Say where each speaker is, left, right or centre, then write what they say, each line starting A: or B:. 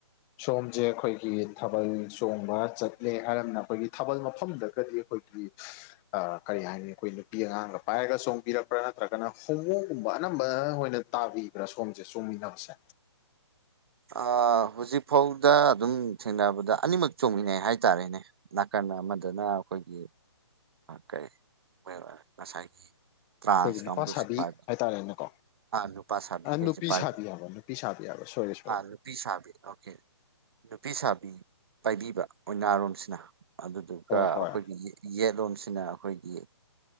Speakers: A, on the left; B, on the right.
A: ꯁꯣꯝꯁꯦ ꯑꯩꯈꯣꯏꯒꯤ ꯊꯥꯕꯜ ꯆꯣꯡꯕ ꯆꯠꯂꯦ ꯍꯥꯏꯔꯝꯃꯤꯅ ꯑꯩꯈꯣꯏꯒꯤ ꯊꯥꯕꯜ ꯃꯐꯝꯗꯒꯗꯤ ꯑꯩꯈꯣꯏꯒꯤ ꯑ ꯀꯔꯤ ꯍꯥꯏꯅꯤ ꯑꯩꯈꯣꯏ ꯅꯨꯄꯤ ꯑꯉꯥꯡꯒ ꯄꯥꯏꯔꯒ ꯆꯣꯡꯕꯤꯔꯛꯄ꯭ꯔꯥ ꯅꯠꯇ꯭ꯔꯒꯅ ꯍꯣꯃꯣ ꯨꯕ ꯑꯅꯝꯕ ꯑꯣꯏꯅ ꯇꯥꯕꯤꯕ꯭ꯔꯥ ꯁꯣꯝꯁꯦ ꯆꯣꯡꯃꯤꯟꯅꯕꯁꯦ
B: ꯑ ꯍꯧꯖꯤꯛꯐꯥꯎꯗ ꯑꯗꯨꯝ ꯊꯦꯡꯅꯕꯗ ꯑꯅꯤꯃꯛ ꯆꯣꯡꯃꯤꯟꯅꯩ ꯍꯥꯏꯇꯥꯔꯦꯅꯦ ꯅꯥꯀꯟ ꯅ ꯑꯃꯗꯅ ꯑꯩꯈꯣꯏꯒꯤ ꯀꯩ ꯉꯁꯥꯏꯒꯤ ꯇ꯭ꯔꯥꯟꯁ
A: ꯑꯩꯈꯣꯏꯒꯤ
B: ꯀꯥꯡꯕꯨꯁꯦ
A: ꯅꯨꯄꯥ ꯁꯥꯕꯤ
B: ꯄꯥꯏꯕ
A: ꯍꯥꯏꯇꯥꯔꯦꯅꯦꯀꯣ
B: ꯅꯨꯨꯄꯥ ꯁꯥꯕꯤꯈꯩꯁꯦ
A: ꯅꯨꯄꯤ
B: ꯄꯥꯏꯕ
A: ꯁꯥꯕꯤ ꯍꯥꯏꯕ ꯅꯨꯄꯤ ꯁꯥꯕꯤ ꯍꯥꯏꯕ ꯁꯣꯏꯔꯦ ꯁꯣꯏꯔꯦ
B: ꯑꯥ ꯅꯨꯄꯤ ꯁꯕꯤ ꯑꯣꯀꯦ ꯅꯨꯨꯄꯤ ꯁꯥꯕꯤ ꯄꯥꯏꯕꯤꯕ ꯑꯣꯏꯅꯔꯣꯝꯁꯤꯅ ꯑꯗꯨꯗꯨꯒ
A: ꯍꯣꯏ ꯍꯣꯏ
B: ꯑꯩꯈꯣꯏꯒꯤ ꯌꯦꯠꯂꯣꯝꯁꯤ ꯅ ꯑꯩꯈꯣꯏꯒꯤ